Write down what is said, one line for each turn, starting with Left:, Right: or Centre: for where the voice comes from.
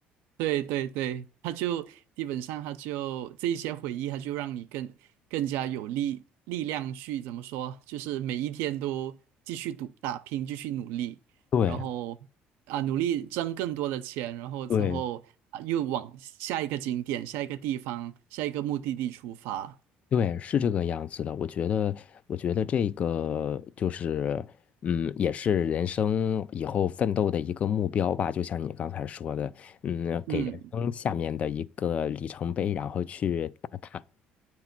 Right: 对对对，他就基本上他就这一些回忆，他就让你更更加有力力量去怎么说，就是每一天都继续赌打拼，继续努力，
Left: 对。
Right: 然后啊努力挣更多的钱，然后之后啊又往下一个景点、
Left: 对
Right: 下一个地方、下一个目的地出发。
Left: 对，是这个样子的。我觉得，我觉得这个就是，嗯，也是人生以后奋斗的一个目标吧。就像你刚才说的，嗯，
Right: 嗯
Left: 给人生下面的一个里程碑，然后去打卡。